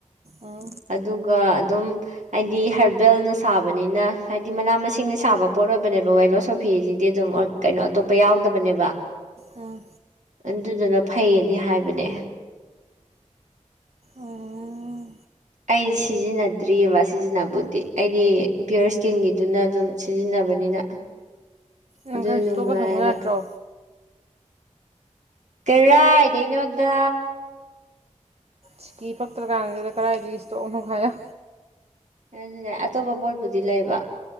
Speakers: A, on the right; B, on the right.
A: ꯑ
B: ꯑꯗꯨꯒ ꯑꯗꯨꯝ ꯍꯥꯏꯗꯤ ꯍꯔꯕꯦꯜꯅ ꯁꯥꯕꯅꯤꯅ ꯍꯥꯏꯗꯤ ꯃꯅꯥ ꯃꯁꯤꯡꯅ ꯁꯥꯕ ꯄꯣꯠ ꯑꯣꯏꯕꯅꯦꯕ ꯋꯦꯂꯣꯁꯣꯐꯤꯁꯤꯗꯤ ꯑꯗꯨꯝ ꯀꯩꯅꯣ ꯑꯇꯣꯞꯄ ꯌꯥꯎꯗꯕꯅꯦꯕ
A: ꯑ
B: ꯑꯗꯨꯗꯨꯅ ꯐꯩꯌꯦꯗꯤ ꯍꯥꯏꯕꯅꯦ
A: ꯎꯝ
B: ꯑꯩ ꯁꯤꯖꯤꯟꯅꯗ꯭ꯔꯤꯑꯕ ꯁꯤꯖꯤꯟꯅꯕꯨꯗꯤ ꯑꯩꯗꯤ ꯄꯤꯌꯣꯔ ꯏꯁꯀꯤꯟꯒꯤꯗꯨꯅ ꯑꯗꯨꯝ ꯁꯤꯖꯤꯟꯅꯕꯅꯤꯅ
A: ꯅꯪ
B: ꯑꯗꯨ
A: ꯈꯔ ꯏꯁꯇꯣꯛꯀ
B: ꯅꯨꯡꯉꯥꯏꯅ
A: ꯊꯝꯃꯨ ꯌꯥꯗ꯭ꯔꯣ
B: ꯀꯔꯥꯏꯗꯩꯅꯣꯗ
A: ꯁꯤꯛꯀꯤ ꯄꯛꯇ꯭ꯔꯀꯥꯟꯁꯤꯗ ꯀꯗꯥꯏꯗꯒꯤ ꯏꯁꯇꯣꯛꯅꯣ ꯍꯥꯏꯌꯣ
B: ꯑꯗꯨꯅꯦ ꯑꯇꯣꯞꯄ ꯄꯣꯠꯄꯨꯗꯤ ꯂꯩꯕ